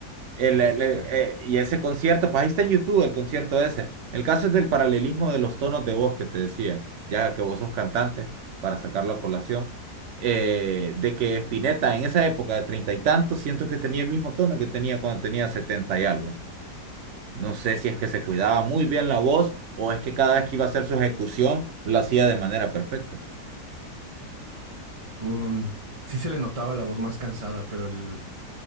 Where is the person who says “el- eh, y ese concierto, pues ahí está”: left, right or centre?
Right